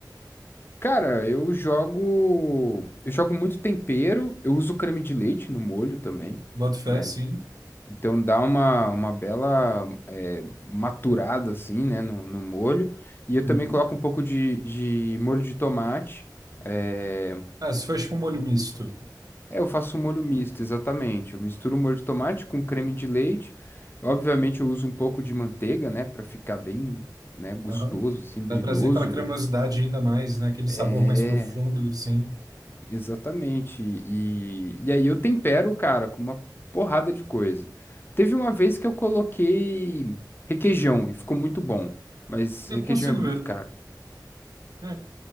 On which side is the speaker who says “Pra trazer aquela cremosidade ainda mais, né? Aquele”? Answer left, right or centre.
Right